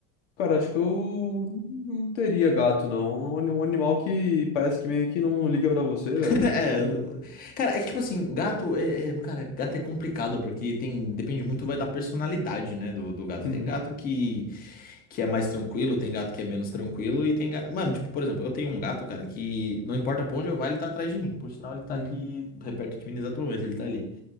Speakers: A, on the left; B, on the left.
A: Cara, acho que eu não teria gato, não. Um ani- um animal que parece que meio que não liga pra você, velho.
B: <laughs> É,
A: Assim.
B: cara, é que tipo assim, gato é, é- cara, gato é complicado porque tem, depende muito vai da personalidade, né, do, do gato.
A: Uhum,
B: Tem gato que, que é mais tranquilo, tem gato que é menos tranquilo e tem gato, mano, tipo, por exemplo, eu tenho um gato, cara, que não importa pra onde eu vá, ele tá atrás de mim. Por sinal, ele tá
A: uhum.
B: aqui perto de mim no exato momento, ele tá ali.